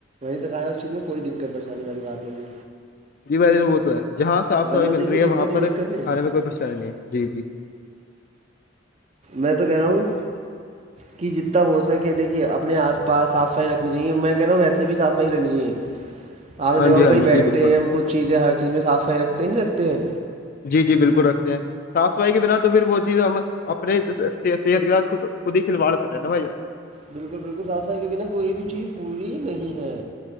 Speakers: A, on the right (about 35°); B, on the left (about 50°).
A: دکھایا اس چیز میں کوئی دقت پریشانی والی بات نہیں ہے
B: جی بھن وہ تو ہے جہاں صاف صفائی
A: ورنہ
B: مل
A: دیکھیے
B: رہی
A: دقت
B: ہے وہاں
A: ہی
B: پر
A: دقتیں
B: کھانے
A: ہیں
B: میں کوئی پریشانی نہیں ہے جی جی
A: میں تو کہہ رہا ہوں کہ جتنا ہو سکے دیکے اپنے آس پاس صف صفائی رکھنی چاہیے میں کہنااوں ویسے بھی صاف صفائی رہنی چاہیے آپ نے
B: ہاں
A: دھا
B: جی
A: ہوا
B: ہاں
A: کہیں
B: جی
A: بیٹھتے
B: جی بالکل
A: ہیں ہم کچھ چیزیں ہر چیز میں صاف صفائی رکھتے نہیں رکھتے ہیں
B: جی جی بالکل رکھتے ہیں صاف صفائی کے بنا تو پھر وہ چیز ہم اپنے صحت کے خود ہی کلواڑ کر رہے ہیں نا بھیا
A: بالکل بالکل صاف صائی کے بنا کوئی بھی چیز پوری نہیں ہے